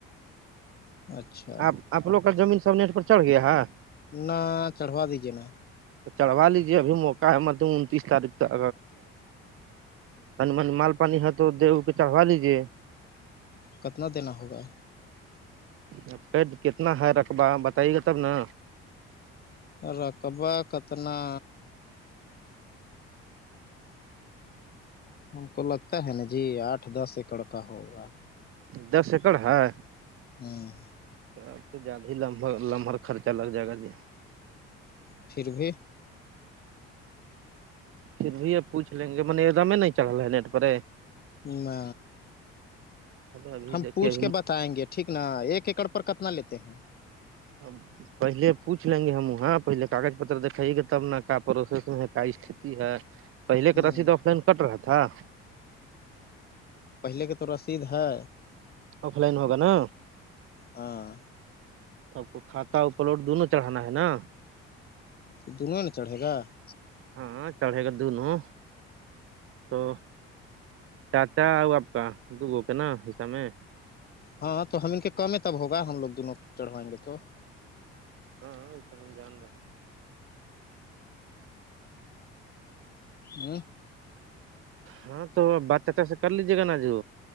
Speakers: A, on the left; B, on the right.
A: اچھا
B: آپ اپ لوگ کا زمین سب نٹ پر چڑھ گیا ہے
A: نہ چڑھوا دیجیے نا
B: تو چڑھوا لیجیے ابھی موقع ہے مطل انتیس تاریخ تک تم مال پانی ہے تو دو پٹا ہوا لیجیے
A: کتنا دینا ہوگا
B: آپ کتنا ہے رقبہ بتائیے گا تب نا
A: رقبہ کتنا ہم کو لگتا ہے نا جی آٹھ دس ایکڑ کا ہوگا
B: دس ایکڑ ہے
A: ہاں
B: اب تو زیادہ ہی لمح لمحر خرچہ لگ جائے گا جی
A: پھر بھی
B: پھر بھی آب پوچھ لیں گے من دام نہیں چڑھا نیٹ پر
A: نہ
B: ابھی
A: ہم
B: دیکھیے
A: پوچھ کے بتائیں گے ٹھیک نا ایک ایکڑ پر کتنا لیتے ہیں
B: اب پہلے پوچھ لیں گے ہم ہاں پہلے کاغذ پتر دکھائیے گے تب کا پروسیس ہے کیا استھتی ہے پہلے کا
A: ہوں
B: رسید آف لائن کٹ رہا تھا
A: پہلے کے تو رسید ہے
B: آف لائن ہوگا نا
A: ہاں
B: سب کو کھاتا ا پلوٹ دونوں چڑھانا ہے نا
A: تو دونوں نے چڑھے گا <inaudible>
B: ہاں چڑھے گا دونوں تو چاچا اور آپ کا دوگو کا نا حصہ میں <inaudible>
A: ہاں تو ہم ان کے کم ہے تب ہوگا ہم لوگ دونوں چڑھوائیں گے تو <inaudible>
B: ہاں وہ تو ہم جان رہے <inaudible>
A: ہ <inaudible>
B: ہاں تو بات چا سے کر لیجے گا نا جو